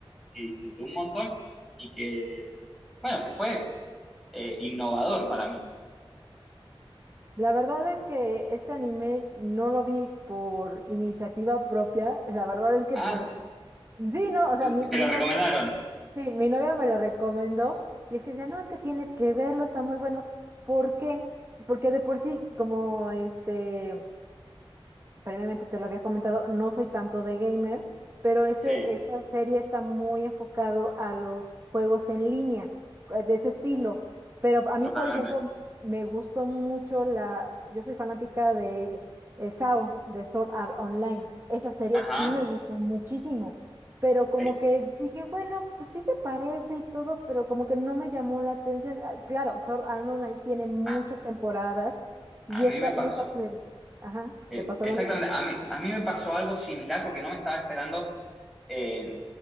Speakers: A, in the centre; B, on the right.
A: que disfruté un montón y que, bueno, que fue eh, innovador para mí.
B: La verdad es que este anime no lo vi por iniciativa propia, la verdad es que
A: Ah,
B: por... Sí, no, o
A: el-
B: sea, mi,
A: te
B: mi
A: lo recomendaron.
B: novio Sí, mi novia me lo recomendó y es que decía, no, es que tienes que verlo, está muy bueno. ¿Por qué? Porque de por sí, como este, previamente te lo había comentado, no soy tanto de gamer, pero este,
A: Sí,
B: esta serie está muy enfocado a los juegos en línea, eh, de ese estilo. Pero a
A: totalmente.
B: mí, por ejemplo, me gustó mucho la, yo soy fanática de eh, SAO, de Sword Art Online. Esa serie
A: Ajá.
B: sí me gusta muchísimo, pero como
A: sí.
B: que dije, bueno, pues sí se parece y todo, pero como que no me llamó la atención. Ah, Claro, Sword Art Online tiene muchas
A: A,
B: temporadas y
A: a mí
B: esta,
A: me pasó.
B: y esta serie. Ajá,
A: eh,
B: te pasó
A: exactamente,
B: lo mismo.
A: a mí, a mí me pasó algo similar porque no me estaba esperando. eh,